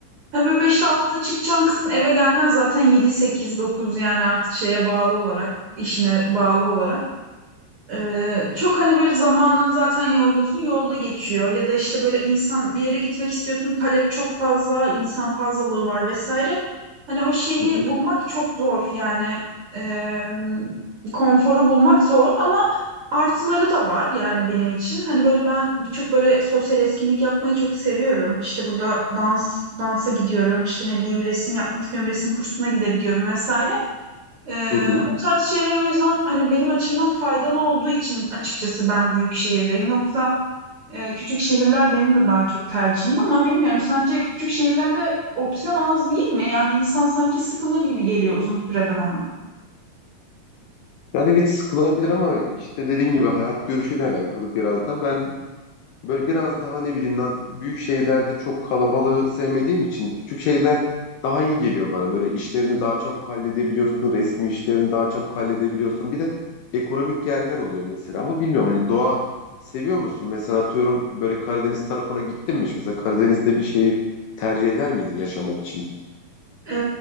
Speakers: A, on the right (about 55°); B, on the left (about 75°).
A: Hani böyle 5'te 6'da çıkacaksın eve gelmen zaten 7 8 9 yani artık şeye bağlı olarak işine bağlı olarak. Ee, çok hani böyle zamanın zaten yorgunsun yolda geçiyor ya da işte böyle insan bir yere gitmek istiyorsun talep çok fazla insan fazlalığı var vesaire. Hani o şeyi
B: hı hı,
A: bulmak çok zor yani Ee, konforu bulmak zor ama artıları da var yani benim için. Hani böyle ben birçok böyle sosyal etkinlik yapmayı çok seviyorum. İşte burada dans dansa gidiyorum işte ne bileyim resim yapmak istiyorum resim kursuna gidebiliyorum vesaire. Ee,
B: hı hı.
A: o tarz şeyler o yüzden hani benim açımdan faydalı olduğu için açıkçası ben büyük şehirdeyim. Yoksa e, küçük şehirler benim de daha çok tercihim ama bilmiyorum sence küçük şehirlerde opsiyon az değil mi? Yani insan sanki sıkılır gibi geliyor uzun sürede bana.
B: Yani evet sıkılabilir ama işte dediğin gibi hayat görüşüyle alakalı biraz da. Ben böyle biraz daha ne bileyim naz- büyük şehirlerde çok kalabalığı sevmediğim için küçük şeyler daha iyi geliyor bana. Böyle işlerini daha çabuk halledebiliyorsun, resmi işlerini daha çabuk halledebiliyorsun. Bir de ekonomik yerler oluyor mesela ama bilmiyorum hani doğa seviyor musun? Mesela atıyorum böyle Karadeniz tarafına gittin mi? hiç? Mesela Karadeniz'de bir şehir tercih eder miydin yaşamak için?
A: Ee,